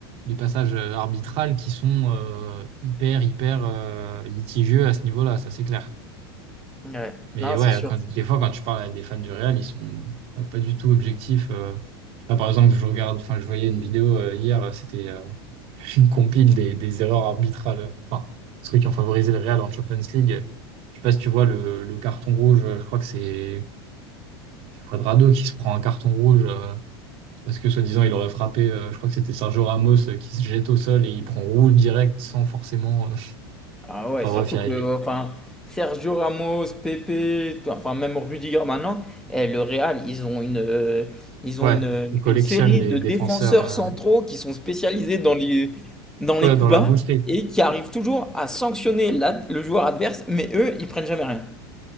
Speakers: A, on the right (about 45°); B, in the centre.
A: des passages euh, arbitrales qui sont euh, hyper, hyper euh, litigieux à ce niveau-là, ça c'est clair.
B: Ouais,
A: Mais
B: non,
A: ouais,
B: c'est sûr.
A: quand, des fois, quand tu parles à des fans du Real, ils sont pas pas du tout objectifs. euh. Là, par exemple, je regarde, enfin, je voyais une vidéo euh, hier, c'était. euh, une compile des, des erreurs arbitrales, enfin, ceux qui ont favorisé le Real en Champions League. Je sais pas si tu vois le, le carton rouge, euh, je crois que c'est Quadrado qui se prend un carton rouge euh, parce que soi-disant il aurait frappé, euh, je crois que c'était Sergio Ramos euh, qui se jette au sol et il prend rouge direct sans forcément. euh, <laughs>
B: Ah ouais,
A: Enfin
B: surtout
A: bref, il y
B: que
A: a- il y a-
B: enfin, Sergio Ramos, Pepe, enfin même Rudiger maintenant, eh, le Real, ils ont une, euh, ils
A: ouais,
B: ont une,
A: on collectionne
B: une série
A: les
B: de
A: défenseurs
B: défenseurs
A: euh,
B: centraux qui sont spécialisés dans les,
A: <laughs>
B: dans
A: ouais,
B: les coups
A: dans la
B: bas
A: boucherie.
B: et qui arrivent toujours à sanctionner la- le joueur adverse, mais eux, ils prennent jamais rien.